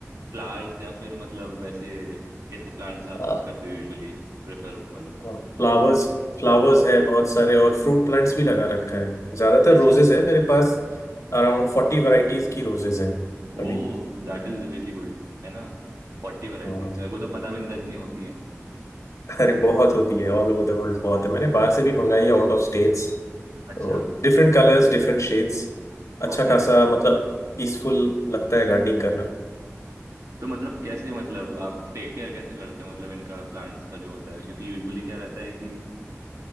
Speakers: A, on the right; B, on the left.
A: फ्लावर्स या फिर मतलब वैसे कैसे प्लांट्स आप
B: अ,
A: करते हो यूजुअली प्रेफर मतलब
B: हाँ फ्लावर्स फ्लावर्स है बहुत सारे और फ्रूट प्लांट्स भी लगा रखा है ज्यादातर
A: अच्छा
B: रोजेस
A: अच्छा
B: है मेरे पास अराउंड फोर्टी वैरायटीज की रोजेस हैं अभी
A: Oh that is really good है ना फोर्टी वैरायटीज
B: हाँ
A: मेरे को तो पता भी नहीं था इतनी होती हैं
B: अरे बहुत होती है ऑल ओवर द वर्ल्ड बहुत है मैंने बाहर से भी मंगाई है आउट ऑफ स्टेट्स
A: अच्छा
B: तो डिफरेंट कलर्स डिफरेंट शेड्स अच्छा
A: ओके
B: खासा मतलब पीसफुल लगता है गार्डनिंग करना
A: तो मतलब कैसे मतलब आप टेक केयर कैसे करते हो मतलब इनका प्लांट्स का जो होता है क्योंकि यूजुअली क्या रहता है कि